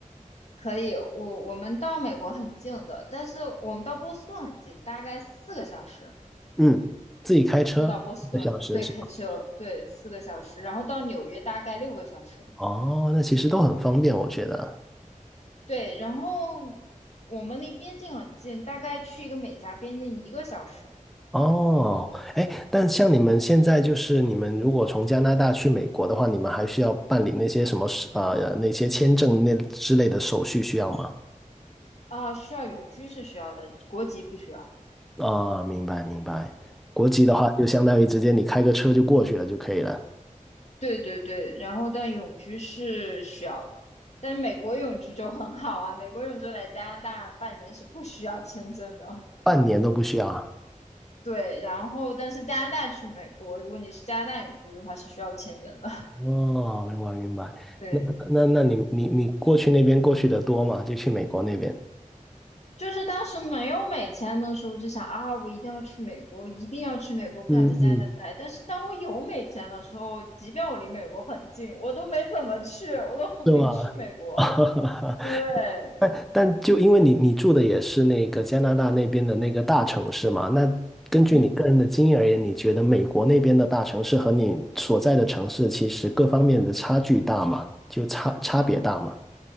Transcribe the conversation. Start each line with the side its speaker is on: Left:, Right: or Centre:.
Left: 可以，我我们到美国很近的，但是我们到波士顿很近，大概四个小时
Centre: 嗯，自己开车一个小时是吧？
Left: 就到波士顿了。对，开车，对，四个小时，然后到纽约大概六个小时。
Centre: 哦，那其实都很方便，我觉得。
Left: 对，然后我们离边境很近，大概去一个美加边境一个小时。
Centre: 哦，哎，但像你们现在就是你们如果从加拿大去美国的话，
Left: 嗯
Centre: 你们还需要办理那些什么事呃那些签证那之类的手续需要吗？
Left: 啊，需要永居是需要的，国籍不需要。
Centre: 啊，明白明白。国籍的话，
Left: 嗯，
Centre: 就相当于直接你开个车就过去了就可以了，
Left: 对对对，然后但永居是需要的，但是美国永居就很好啊，美国永居来加拿大半年是不需要签证的。
Centre: 半年都不需要啊。
Left: 对，然后但是加拿大去美国，如果你是加拿大永居的话，是需要签证的。<laughs>
Centre: 哦，明白明白。
Left: 对，
Centre: 那那那你你你过去那边过去的多吗？就去美国那边。
Left: 就是当时没有美签的时候，就想啊，我一定要去美国，一定要去美国，不想在加拿大待。
Centre: 嗯嗯，
Left: 但是当我有美签的时候，即便我离美国很近，我都没怎么去，我都很没去美国。
Centre: 是吧？<laughs>
Left: 对，
Centre: 但但就因为你你住的也是那个加拿大那边的那个大城市嘛，那根据你个人的经验而言，
Left: 嗯，
Centre: 你觉得美国那边的大城市和你所在的城市其实各方面的差距大吗？就差差别大吗？